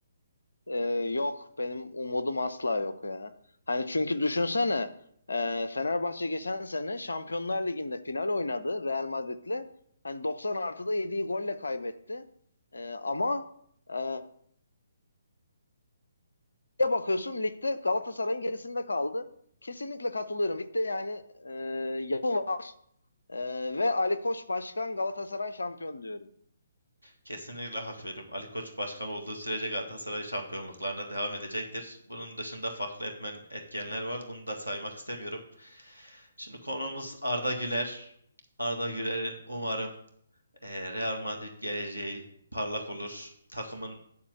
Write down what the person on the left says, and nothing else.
e, yok benim umudum asla yok ya. Hani çünkü düşünsene e, Fenerbahçe geçen sene Şampiyonlar Ligi'nde final oynadı Real Madrid'le. Hani 90 artıda yediği golle kaybetti. E, ama e, Ya bakıyorsun ligde Galatasaray'ın gerisinde kaldı. Kesinlikle katılıyorum. Ligde yani e, yapı var E, ve Ali Koç başkan Galatasaray şampiyon diyorum.